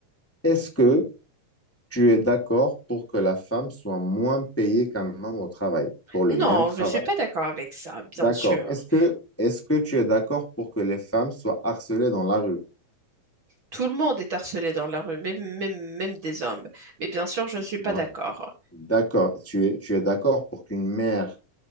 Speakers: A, in the centre; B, on the right (about 45°).
A: Est-ce que tu es d'accord pour que la femme soit moins payée qu'un homme au travail, pour le
B: Non,
A: même travail?
B: je ne suis pas d'accord avec ça, bien
A: D'accord.
B: sûr.
A: Est-ce que, est-ce que tu es d'accord pour que les femmes soient harcelées dans la rue?
B: Tout le monde est harcelé dans la rue, même, même, même des hommes. Mais bien sûr, je ne suis pas
A: Donc,
B: d'accord.
A: d'accord. Tu es, tu es d'accord pour qu'une mère